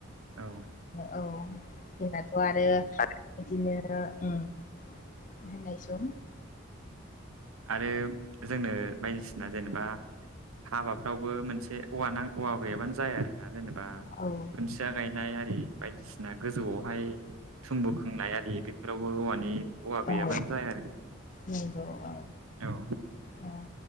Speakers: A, on the right; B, on the left.
A: औ
B: औ जोंनाथ' आरो बिदिनो उम होननाय सं
A: आरो जोंनो बायदिसिना जेनेबा हाबाफ्रावबो मोनसे औवा नांग औवा गैयाबानो जाया दा जेनेबा
B: औ
A: खुन्थिया गायनाय आरि बायदिसिना गोजौआवहाय थुमबु खोंनाया आरि बेफोरावबो औवानि औवा गैयाबानो
B: औ
A: जाया आरो
B: नंगौ औ
A: औ
B: नङा